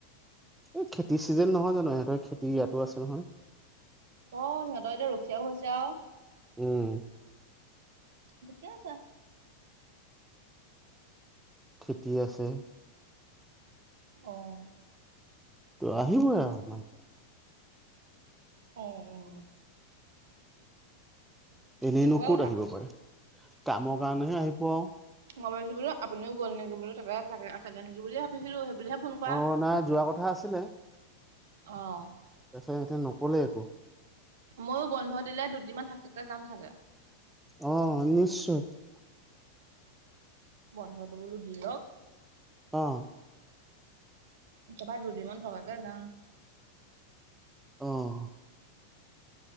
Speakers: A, in the centre; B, on the right.
A: এই খেতি চিজেন নহয় জানো, ইহঁতৰ খেতি ইয়াতো আছে নহয়।
B: অ', সিহঁতৰ এতিয়া ৰখীয়াও হৈছে আৰু
A: উম
B: ঠিকেই আছে।
A: খেতি আছে।
B: অ',
A: ত' আহিবই আৰু মানে
B: অ', অ'
A: এনেইনো
B: তেনেকুৱা
A: ক'ত
B: কথা
A: আহিব পাৰে, কামৰ কাৰণেহে আহিব আৰু।
B: মই ভাবিছোঁ বোলো আপুনিও গ'ল নেকি বোলো, তাকে তাতে আছেগে নেকি বুলিয়ে ভাবিছিলোঁ সেইবুলিহে ফোন কৰা
A: অ', নাই যোৱা কথা আছিলে
B: অ',
A: তাৰপিছত এতিয়া নকলে একো
B: ময়ো বন্ধ দিলে দুদিনমান থাকাকে যাম চাগে
A: অ', নিশ্চয়
B: বন্ধটো বোলো দিয়ক
A: অ'
B: একেবাৰে দুদিমান থকাকে যাম
A: অ'